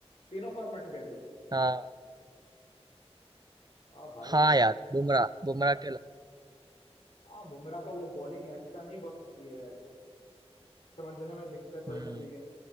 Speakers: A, on the left (about 75°); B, on the right (about 40°).
A: तीनों फॉर्मेट के लिए
B: हाँ
A: वाह भाई
B: हाँ यार बुमराह बुमराह के लिए-
A: हाँ बुमराह का वो बॉलिंग एक्शन ही बहुत ये है समझने में दिक्कत हो
B: हम्म
A: जाती है